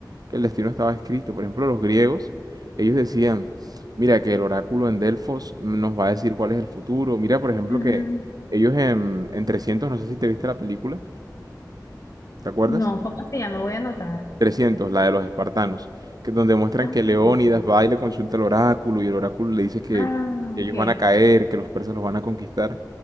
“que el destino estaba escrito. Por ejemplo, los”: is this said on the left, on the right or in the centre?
Right